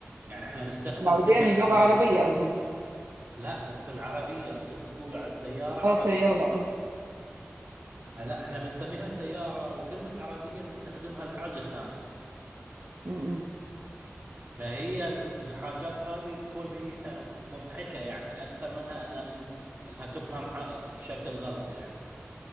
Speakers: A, on the right; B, on the right.
A: يعني احنا نستخدم
B: العربية
A: كلمة
B: يعني لغة
A: عربية
B: عربية اظن
A: لا انتم العربية انتم بتقولوا على السيارة عربية
B: اه سيارة اه
A: لا احنا بنسميها سيارة وكلمة عربية نستخدمها لحاجة ثانية
B: م-م.
A: ما هي الحاجات هذه تكون هي <laughs> مضحكة يعني أكثر منها أنا أنها تفهم ح- بشكل غلط يعني